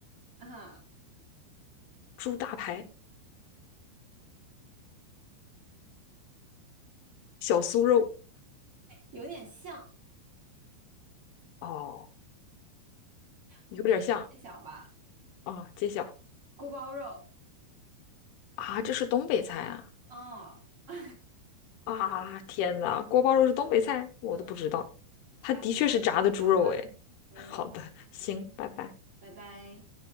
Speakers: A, on the right; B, on the left.
A: 啊，
B: 猪大排、小酥肉
A: 有点像，
B: 哦，
A: 谜底揭小吧，
B: 有点像啊，揭晓
A: 锅包肉，
B: 啊，这是东北菜啊
A: 哦，<laughs>
B: 啊！天哪，锅包肉是东北菜，我都不知道，
A: 嗯，下次再跟你聊吧，
B: 它的确是炸的猪肉哎。
A: 嗯，
B: <laughs> 好的，行，拜拜。
A: 拜拜。